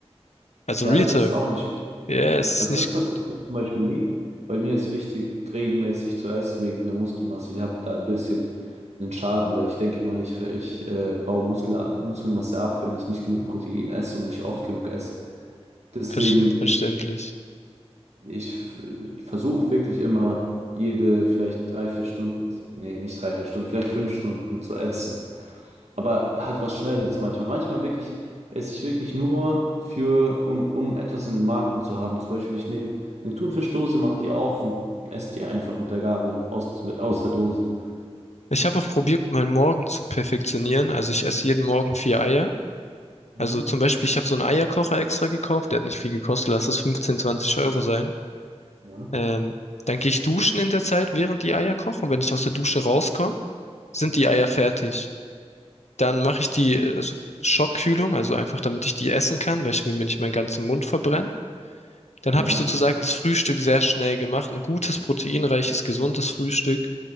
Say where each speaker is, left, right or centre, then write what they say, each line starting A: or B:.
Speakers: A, on the left; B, on the right.
A: Also
B: Ja,
A: Real
B: das
A: Talk.
B: ist auch nicht
A: Ja, es
B: Also
A: ist nicht
B: das passiert
A: gut.
B: mir zum Beispiel nie. Bei mir ist wichtig, regelmäßig zu essen wegen der Muskelmasse. Ich habe da ein bisschen einen Schaden, weil ich denke immer, ich, ich äh, baue Muskel, Muskelmasse ab, wenn ich nicht genug Protein esse und nicht oft genug esse. Deswegen,
A: Versch- Verständlich.
B: ich, ich versuche wirklich immer jede vielleicht drei, vier Stunden, nee, nicht drei, vier Stunden, vielleicht fünf Stunden zu essen. Aber halt was Schnelles manchmal. Manchmal wirklich esse ich wirklich nur für, um, um etwas in den Magen zu haben. Zum Beispiel, ich nehme eine Thunfischdose, mache die auf und esse die einfach mit der Gabel aus, aus der Dose.
A: Ich habe auch probiert, meinen Morgen zu perfektionieren. Also ich esse jeden Morgen vier Eier.
B: Mhm.
A: Also zum Beispiel, ich habe so einen Eierkocher extra gekauft. Der hat nicht viel gekostet. Lass es 15, 20 Euro sein.
B: Ja.
A: Ähm, dann gehe ich duschen in der Zeit, während die Eier kochen. Und Wenn ich aus der Dusche rauskomme, sind die Eier fertig. Dann mache ich die, äh, also Schockkühlung, also einfach damit ich die essen kann, weil ich will mir nicht meinen ganzen Mund verbrennen. Dann
B: Ja.
A: habe ich sozusagen das Frühstück sehr schnell gemacht. Ein gutes, proteinreiches, gesundes Frühstück.